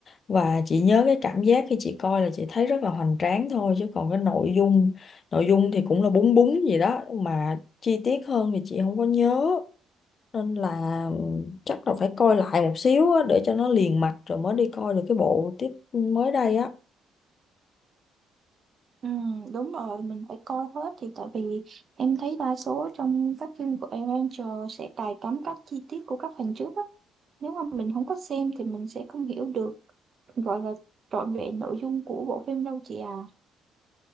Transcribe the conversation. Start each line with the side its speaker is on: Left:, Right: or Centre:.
Left: và chị nhớ cái cảm giác khi chị coi là chị thấy rất là hoành tráng thôi chứ còn cái nội dung nội dung thì cũng là búng búng gì đó mà chi tiết hơn thì chị không có nhớ nên là chắc là phải coi lại một xíu á, để cho nó liền mạch rồi mới đi coi được cái bộ tiếp mới đây á
Right: ừ, đúng rồi mình phải coi hết thì tại vì em thấy đa số trong các phim của Avenger sẽ cài cắm các chi tiết của các phần trước á nếu mà mình không có xem thì mình sẽ không hiểu được gọi là trọn vẹn nội dung của bộ phim đâu chị à